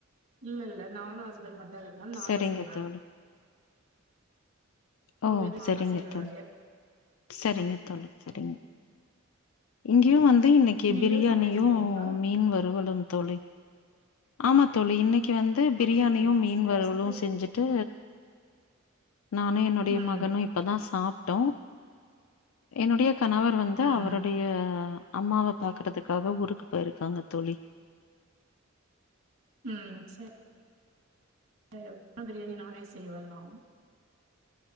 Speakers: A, on the right (about 70°); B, on the left (about 85°).
A: இல்லல்ல நானு ஹஸ்பண்ட் மட் அதெல்லா நான்தா
B: சரிங்க
A: செய்வே
B: தோழி.
A: அவங்க
B: ஓ
A: எது
B: சரிங்க
A: நா தா செய்வே
B: தோழி
A: நெறைய
B: சரிங்க தோழி சரிங்க
A: ம்
B: இங்கேயு வந்து இன்னைக்கு
A: நீங்க
B: பிரியாணியு
A: சமையல் செய்வீங்களா
B: மீன் வருவலு தோழி ஆமா தோழி இன்னைக் கு வந்து பிரியாணியு
A: அப்டிங்களா
B: மீன்
A: சேரி
B: வருவலு
A: சேரி
B: செஞ்சுட்டு நானே என்னோட எ
A: ம்
B: மகனு இப்பதா சாப்ட்டோ என்னுடைய கணவர் வந்து
A: ம்
B: அவருடைய அம்மாவ பாக்குறதுக்காக ஊருக்கு போயிருக்காங்க தோழி
A: ம் சர் அ எப்ப பிரியாணி நானே செய்வந்தா